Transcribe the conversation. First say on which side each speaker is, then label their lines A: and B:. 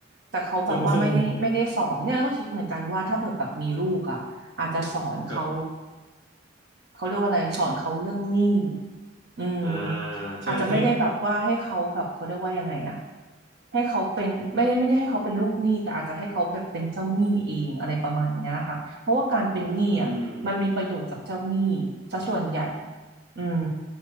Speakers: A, on the right; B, on the right.
A: แต่เขาแบบว่าไม่ได้ไม่ได้สอนเนี่ยก็คิดเหมือนกันว่าถ้าเกิดแบบมีลูกอ่ะอาจจะสอนเขา
B: ซึ่งซึ่งครับ
A: เขาเรียกว่าอะไรสอนเขาเรื่องหนี้ อืม
B: อ่าใช่ใช่
A: อาจจะไม่ได้แบบว่าให้เขาแบบเขาเรียกว่ายังไงอะให้เขาเป็นไม่ได้ไม่ได้ให้เขาเป็นลูกหนี้แต่อาจจะให้เขาแบบเป็นเจ้าหนี้เองอะไรประมาณเนี้ยค่ะเพราะว่าการเป็นหนี้อะมันมีประโยชน์กับเจ้าหนี้
B: อืม
A: ซะส่วนใหญ่อืม